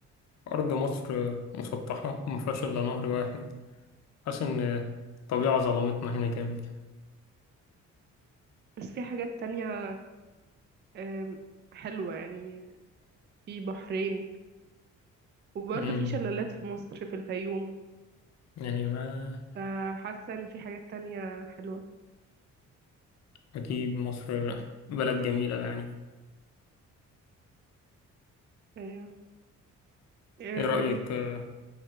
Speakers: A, on the left; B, on the right.
A: أرض مصر مسطحة ومفيهاش إلا نهر واحد حاسس إن الطبيعة ظلمتنا هنا جامد كده
B: بس في حاجات تانية آم، حلوه يعني في بحرين وبرضو
A: مم،
B: في شلالات في مصر في الفيوم
A: يعني ما
B: فحاسه ان في حاجات تانية حلوه
A: أكيد مصر بلد جميلة يعني
B: ايوه آم،
A: إيه رأيك آه،